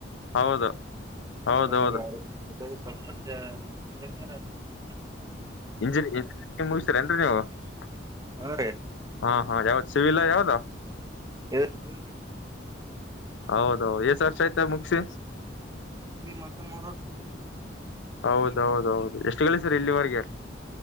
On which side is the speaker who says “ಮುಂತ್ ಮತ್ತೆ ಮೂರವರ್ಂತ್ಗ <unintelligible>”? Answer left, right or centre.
Right